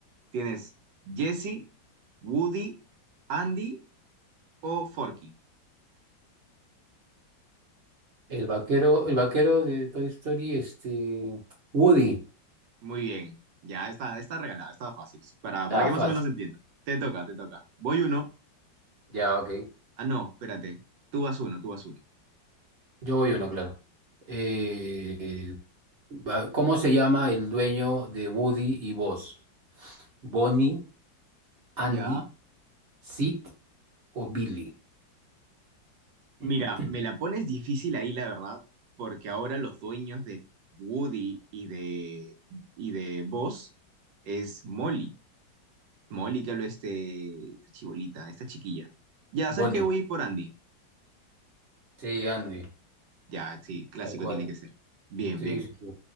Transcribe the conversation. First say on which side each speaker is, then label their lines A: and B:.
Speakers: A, on the right; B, on the right.
A: Tienes Jesse, Woody, Andy o Forky.
B: El vaquero, el vaquero de Toy Story, este. Woody.
A: Muy bien, ya está, está regalado, está fácil, para,
B: Ah,
A: para que
B: fácil.
A: más o menos entiendas. Te toca, te toca. Voy uno.
B: Ya, ok.
A: Ah, no, espérate. Tú vas uno, tú vas uno.
B: Yo voy uno, claro. Eh, va- ¿cómo se llama el dueño de Woody y Buzz? ¿Bonnie, Andy,
A: Ya.
B: Sid o Billy?
A: Mira,
B: <clears throat>
A: me la pones difícil ahí, la verdad, porque ahora los dueños de Woody y de, y de Buzz es Molly. Molly, que habló este, esta chibolita, esta chiquilla. Ya,
B: Bonnie.
A: ¿sabes qué? Voy por Andy.
B: Sí, Andy.
A: Ya, sí, clásico
B: Tal cual.
A: tiene que ser. Bien,
B: Sí,
A: bien.
B: sí, sí.